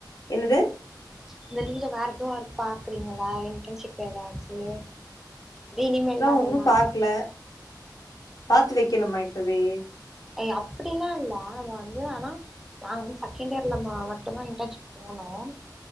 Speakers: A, on the left (about 50°); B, in the centre.
A: என்னது
B: இந்தலீவுல வேற ஏதாவது ஒர்க் பாக்குறீங்களா இன்டர்ன்ஷிப் ஏதாச்சு ரினிமெல்தா அதெல்லா
A: ஒன்னு பாக்கல பாத்து வெக்கணுமா இப்பவே
B: ஏ அப்படிலாம் இல்ல நம்ம வந்து ஆனா நாங்க வந்து செகண்ட் இயர்ல மட்டும் தான் இன்டர்ன்ஷிப் போனோம்